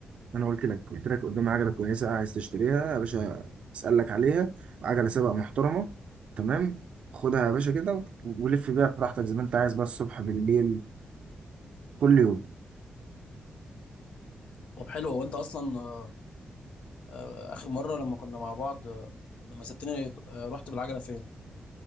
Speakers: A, on the right; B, on the left.
A: انا قلت لك قلت لك قدام عجله كويسه عايز تشتريها يا باشا اسالك عليها عجله سباق محترمه تمام خدها يا باشا كده و- ولف بيها براحتك زي ما انت عايز بقى الصبح بالليل كل يوم
B: طب حلو وأنت أصلا آه، آه، آخر مرة لما كنا مع بعض آه، لما سبتني آه، رحت بالعجلة فين؟